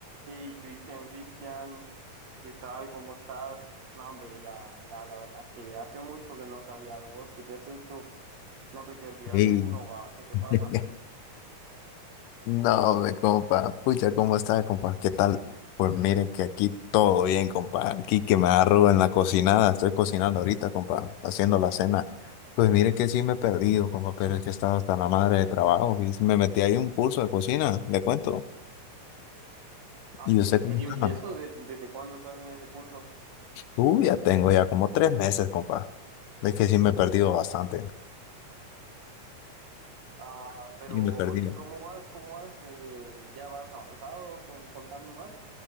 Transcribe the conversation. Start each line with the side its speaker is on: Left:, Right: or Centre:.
Right: Hey, Cristian, Cristian, ¿qué tal? ¿Cómo estás? No, hombre, ya, ya, la verdad que hace mucho que no sabía de vos, ¿qué te has hecho? No, hombre, te olvidas
Left: Ey.
Right: de uno, ah, ¿Qué te
Left: <laughs>
Right: pasa?
Left: No, me compa, pucha, ¿cómo está, compa? ¿Qué tal? Pues mire que aquí todo bien, compa. Aquí que me agarro en la cocinada, estoy cocinando ahorita, compa, haciendo la cena. Pues mire que sí me he perdido, compa, pero es que estaba hasta la madre de trabajo y sí me metí ahí un curso de cocina, le cuento.
Right: Ay,
Left: ¿Y usted
Right: en serio,
Left: cómo estaba?
Right: ¿y eso de- desde cuándo estás en ese curso?
Left: Tú ya tengo ya como tres meses, compa. Es que sí me he perdido bastante.
Right: Ah, pero,
Left: Y me perdí.
Right: ¿y cómo vas? ¿Cómo vas? Eh, ¿ya vas avanzado? Con- contame más.